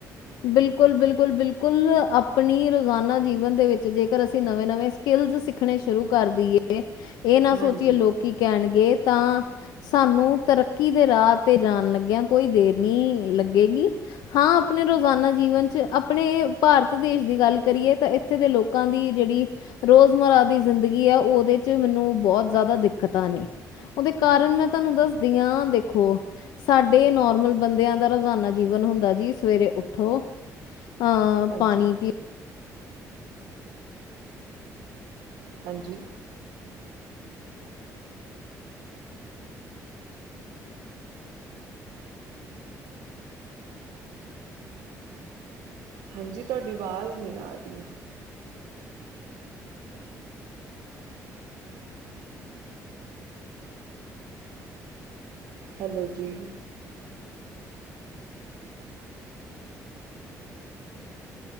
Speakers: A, on the left (about 90°); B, on the right (about 80°).
A: ਬਿਲਕੁਲ, ਬਿਲਕੁਲ, ਬਿਲਕੁਲ ਆਪਣੀ ਰੋਜ਼ਾਨਾ ਜੀਵਨ ਦੇ ਵਿੱਚ ਜੇਕਰ ਅਸੀਂ ਨਵੇਂ ਨਵੇਂ ਸਕਿੱਲਜ਼ ਸਿੱ ਸਖਣੇ ਸ਼ੁਰੂ ਕਰ ਦੇਈਏ, ਇਹ ਨਾ ਸੋਚੀਏ
B: ਹਾਂਜੀ
A: ਲੋਕੀ ਕਹਿਣਗੇ ਤਾਂ ਸਾਨੂੰ ਤਰੱਕੀ ਦੇ ਰਾਹ ਤੇ ਜਾਣ ਲੱਗਿਆ ਕੋਈ ਦੇਰ ਨਈ ਲੱਗੇਗੀ। ਹਾਂ। ਆਪਣੇ ਰੋਜ਼ਾਨਾ ਜੀਵਨ 'ਚ ਆਪਣੇ ਭਾਰਤ ਦੇਸ਼ ਦੀ ਗੱਲ ਕਰੀਏ, ਤਾਂ ਇੱਥੇ ਦੇ ਲੋਕਾਂ ਦੀ ਜਿਹੜੀ ਰੋਜ਼ਮਰਾ ਦੀ ਜ਼ਿੰਦਗੀ ਐ, ਉਹਦੇ ਚ ਮੈਨੂੰ ਬਹੁਤ ਜ਼ਿਆਦਾ ਦਿੱਕਤਾਂ ਨੇ। ਉਹਦੇ ਕਾਰਨ ਮੈਂ ਤਾਨੂੰ ਦੱਸਦੀ ਆ ਦੇਖੋ। ਸਾਡੇ ਨੋਰਮਲ ਬੰਦਿਆਂ ਦਾ ਰੋਜ਼ਾਨਾ ਜੀਵਨ ਹੁੰਦਾ ਜੀਸ। ਸਵੇਰੇ ਉਠੋ, ਅਅ
B: ਹਾਂਜੀ
A: ਪਾਣੀ ਪੀ
B: ਹਾਂਜੀ ਹਾਂਜੀ, ਤੋਡੀ ਆਵਾਜ਼ ਨਹੀਂ ਆ ਰੀ। ਹੈਲੋ ਜੀ।